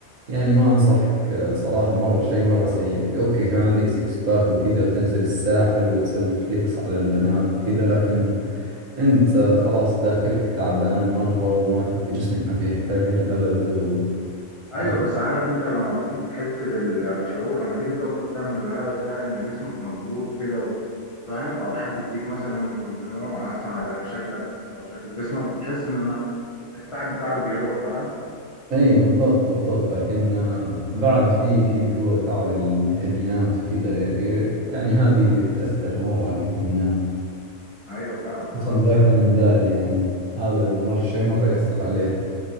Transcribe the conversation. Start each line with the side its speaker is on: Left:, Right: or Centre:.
Right: يعني ما أنصحك آه، صراحة مرة شيء مرة سيء أوكي كان عندك سيكس باك وكذا وتنزل الساحل وتسوي فليكس على البنات وكذا لكن أنت آه، خلاص داخلك تعبان مرة وما في في جسمك ما فيه حيل أبد و
Left: أيوه
Right: عرفت؟
Left: بس عارف أنت لما بتيجي بتحس بال- بشعور لما تيجي تقف قدام المراية وتلاقي إن جسمك مظبوط كده و- فاهم أو حد يديك مثلا كومبلمون مثلا على شكلك أو شكل جسمك بتحس إنك التعب بتاعك بيروح فاهم؟
Right: اي بالضبط بالضبط لكن آه، بعد في في اللي هو تعب الفيتامينات وكذا ي- يعني هذه تأثر مرة على الفيتامينات
Left: أيوه فعلا
Right: خصوصا
Left: بتأثر
Right: فيتامين د يعني هذا المر شيء مرة يأثر عليه